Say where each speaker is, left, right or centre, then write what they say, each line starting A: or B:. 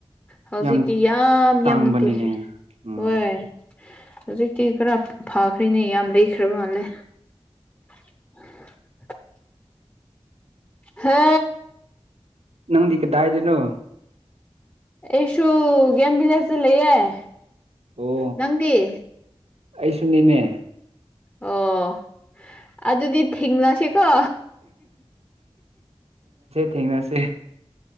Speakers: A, on the left (about 15°); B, on the right (about 75°).
A: ꯍꯧꯖꯤꯛꯤ
B: ꯌꯥꯝ
A: ꯌꯥꯝ
B: ꯇꯥꯡꯕꯅꯤꯅꯦ
A: ꯌꯥꯝꯅ ꯄꯤꯈ꯭ꯔꯦ
B: ꯎꯝ
A: ꯍ ꯑꯗꯨ ꯀ ꯐꯈ꯭ꯔꯦꯅꯦ ꯌꯥꯝ ꯂꯩꯈ꯭ꯔꯕ ꯃꯥꯜꯂꯦ <unintelligible> ꯍ
B: ꯅꯪꯗꯤ ꯀꯗꯥꯏꯗꯦꯅꯣ
A: ꯑꯦꯁꯨ ꯒꯦꯝꯕꯤꯂꯁꯦ ꯂꯩꯌꯦꯦ
B: ꯑꯣ
A: ꯅꯪꯗꯤꯦ
B: ꯑꯩꯁꯨꯅꯤꯅꯦ
A: ꯑꯣ ꯑꯗꯨꯗꯤ ꯊꯦꯡꯅꯁꯤ ꯀ
B: ꯊꯦꯡꯅ ꯁ <inaudible>